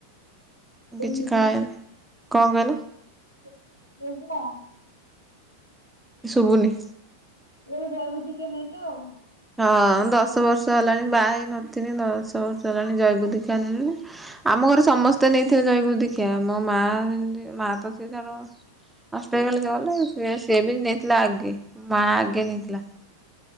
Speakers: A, in the centre; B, on the left.
A: କିଛି
B: ବୋଉ ମୁଁ
A: ଖାଏନି
B: ତ
A: କଣ କହିଲ
B: ସେଇ ତ
A: ଶୁବୁନି।
B: ମୁଁ ଏ ଜୟଗୁରୁ ଦୀକ୍ଷା ନେଇଚ ଆଉ।
A: ହଁ ଦଶ ବର୍ଷ ହେଲାଣି ବାହା ହେଇ ନଥିନି ଦଶ ବର୍ଷ ହେଲାଣି ଜୟଗୁରୁ ଦୀକ୍ଷା ନେଲିଣି। ଆମ ଘରେ ସମସ୍ତେ ନେଇଥିବେ ଜୟଗୁରୁ ଦୀକ୍ଷା ମୋ ମା ଇନ୍ତି ମା ତ ସିଏ ତାର ଅଷ୍ଟଗଲେ ଗଲେ ସିଏ ବି ନେଇଥିଲା ଆଗେ ମା ଆଗେ ନେଇଥିଲା।